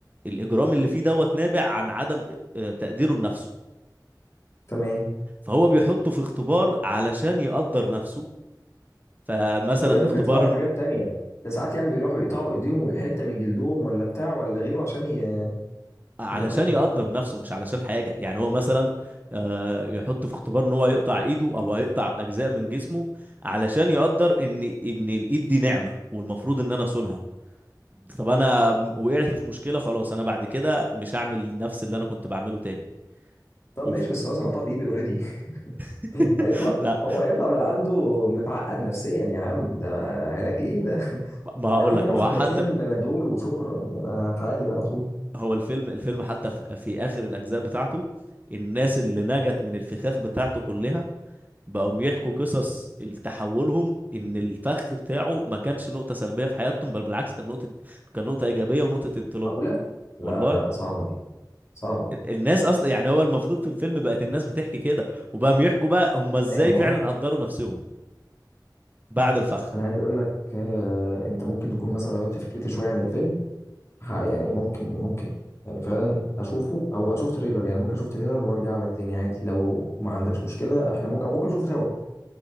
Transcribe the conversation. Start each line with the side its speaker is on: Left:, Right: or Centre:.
Right: الاجرام اللي فيه دوت نابع عن عدم آه، تقديره لنفسه
Left: تمام
Right: فهو بيحطه في اختبار علشان يقدر نفسه فمثلا
Left: في الاخر
Right: اختبار
Left: بيطلعوا بحاجات تانية ده ساعات يعني بيروحوا يقطعوا ايديهم وحته من جلدهم ولا بتاع ولا غيره عشان ي... يا
Right: علشان
Left: لهوي
Right: يقدر نفسه مش علشان حاجة يعني هو مثلا آه، يحطه في اختبار ان هو يقطع ايده او هيقطع اجزاء من جسمه علشان يقدر ان ان الايد دي نعمة والمفروض ان انا اصونها طب انا وقعت في مشكلة خلاص انا بعد كده مش هعمل نفس اللي انا كنت بعمله تاني
Left: طب
Right: اوف
Left: ماشي بس خلاص انا قطعت ايدي اوريدي
Right: <laughs>
Left: <laughs> هيطلع
Right: لا
Left: هو هيطلع من عنده متعقد نفسيا يا عم ده علاج ايه ده
Right: ما هقول
Left: يا عم
Right: لك
Left: هم
Right: هو
Left: حبيتين
Right: حتى
Left: بنادول وشكرا يعني انا هتعالج على طول
Right: هو الفيلم الفيلم حتى في في اخر الاجزاء بتاعته الناس اللي نجت من الفخاخ بتاعته كلها بقوم يحكوا قصص تحولهم ان الفخ بتاعه ما كانش نقطة سلبية في حياتهم بل بالعكس كان نقطة كان نقطة إيجابية ونقطة انطلاق
Left: معقولة؟ لا
Right: والله
Left: لا صعبة دي صعبة
Right: الناس اصلا يعني هو المفروض في الفيلم بقت الناس بتحكي كده وبقى يحكوا بقى هم
Left: أنا
Right: ازاي
Left: فاهم اه
Right: فعلا قدروا نفسهم بعد الفخ
Left: انا عايز اقول لك آه، انت ممكن تكون مثلا غيرت فكرتي شويه عن الفيلم ح- يعني ممكن ممكن يعني فعلا اشوفه او اشوف تريلر يعني ممكن اشوف تريلر وارجع لك تاني عادي لو ما عندكش مشكله احنا ممكن او ممكن نشوفه سوا